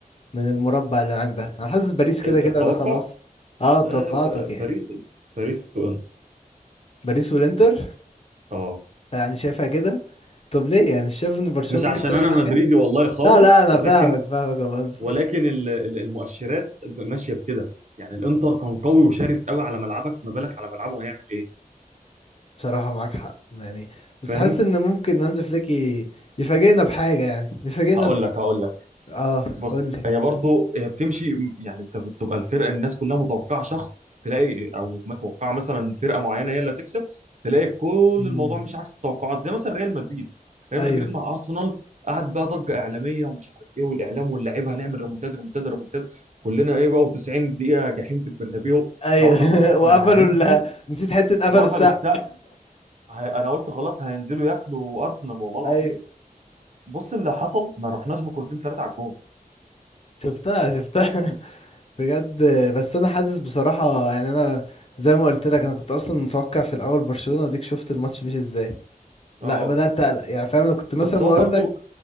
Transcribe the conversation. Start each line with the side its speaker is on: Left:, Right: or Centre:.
Left: من المربع اللي معاك ده انا حاسس
Right: <laughs>
Left: باريس كده
Right: ال-
Left: كده
Right: التوقع
Left: ده خلاص اه توقعاتك
Right: آه ب...
Left: يعني
Right: باريس باريس وانتر
Left: باريس والانتر
Right: اه
Left: يعني شايفها كده طب ليه يعني مش شايف ان برشلونة
Right: مش
Left: ممكن
Right: عشان
Left: تعمل
Right: انا
Left: حاجة
Right: مدريدي والله خالص
Left: لا لا انا
Right: ولكن
Left: فاهمك فاهمك يا بهزر
Right: ولكن ال- ال- المؤشرات ماشيه بكده يعني الانتر كان قوي وشرس قوي على ملعبك ما بالك على ملعبه هيعمل ايه
Left: بصراحة معاك حق يعني بس
Right: فاهم
Left: حاسس ان ممكن هانز فليك ي- يفاجئنا بحاجة يعني يفاجئنا
Right: هقول
Left: ب...
Right: لك هقول لك
Left: اه
Right: بص
Left: قول لي
Right: هي برضه هي بتمشي يعني انت بتبقى الفرقه الناس كلها متوقعه شخص تلاقي او متوقعه مثلا فرقه معينه هي اللي هتكسب تلاقي كل
Left: مم.
Right: الموضوع مش عكس التوقعات زي مثلا ريال مدريد ريال
Left: ايوه
Right: مدريد مع ارسنال قعد بقى ضجه اعلاميه ومش عارف ايه والاعلام واللعيبه هنعمل ريمونتاد ريمونتاد ريمونتاد كلنا ايه بقى و90 دقيقه جحيم في البرنابيو
Left: ايوه
Right: احنا قلنا خلاص احنا
Left: <laughs> وقفلوا
Right: هننزل
Left: ال... نسيت حتة قفلوا
Right: وقفلوا
Left: السقف
Right: السقف ه- انا قلت خلاص هينزلوا ياكلوا ارسنال والله العظيم
Left: <laughs> ايوه
Right: بص اللي حصل ما رحناش بكرتين ثلاثه على الجون
Left: <laughs> شفتها شفتها بجد بس انا حاسس بصراحة يعني انا زي ما قلت لك انا كنت اصلا متوقع في الاول برشلونة وديك شفت الماتش مش ازاي
Right: اه
Left: لا بدأت اقلق يعني فاهم انا كنت مثلا
Right: بس
Left: ما
Right: هو برضو
Left: اقول لك